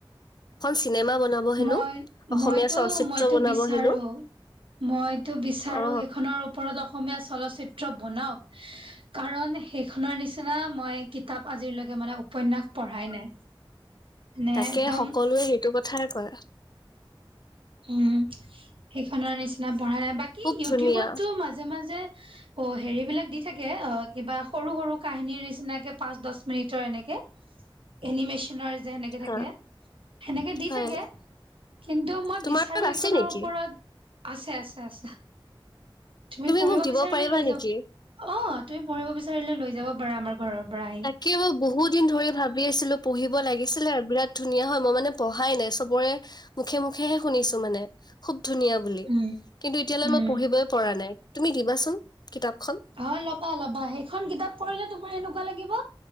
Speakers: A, on the left; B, on the right.
A: চিনেমা বনাব হেনো।
B: মই
A: অসমীয়া
B: মইতো
A: চলচিত্ৰ
B: মইতো
A: বনাব
B: বিচাৰো
A: হেনো
B: মইতো বিচাৰোঁ,
A: অ
B: সেইখনৰ ওপৰত এটা অসমীয়া চলচ্চিত্ৰ বনাওক। কাৰণ সেইখনৰ নিচিনা মই কাৰণ, আজিলৈকে মই তেনে উপন্যাস পঢ়াই নাই মানে
A: তাকে
B: একদম
A: সকলোৱে সেইটো কথাই কয়
B: উম--সেইখনৰ নিচিনা পঢ়া নাই। বাকী
A: খুব
B: ইউটিউবতো
A: ধুনীয়া
B: মাজে-মাজে, অ' হেৰি বিলাক দি থাকে, অ', কিবা সৰু-সৰু কাহিনীৰ নিচিনাকৈ পাঁচ-দচ মিনিটৰ এনেকে এনিমেশ্যনৰ যে সেনেকে থাকে,
A: হা
B: সেনেকে দি
A: হয়
B: থাকে, কিন্তু মই
A: তোমাৰ
B: আৰু
A: তাত
B: এইখনৰ
A: আছে নেকি
B: ওপৰত আছে আছে আছে। তুমি পঢ়িব
A: মোক দিব
B: বিচাৰিলে,
A: পাৰিবা
B: লৈ
A: নেকি
B: যাবা। অ', তুমি পঢ়িব বিচাৰিলে, লৈ যাব পাৰা আমাৰ পৰা। ঘৰৰ আহি
A: তাকে বই বহুত দিন ধৰি ভাবি আছিলো পঢ়িব লাগিছিলে আৰু বিৰাট ধুনীয়া হয় মই মানে পঢ়াই নাই চবৰে মুখে মুখেহে শুনিছো মানে খুব ধুনীয়া বুলি কয়।
B: উম
A: কিন্তু, এতিয়ালৈকে
B: উম
A: মই পঢ়িবই পৰা নাই। তুমি দিবাচোন? কিতাপখন
B: অ', ল'বা ল'বা, সেইখন কিতাপ পঢ়িলে তোমাৰ এনেকুৱা লাগিব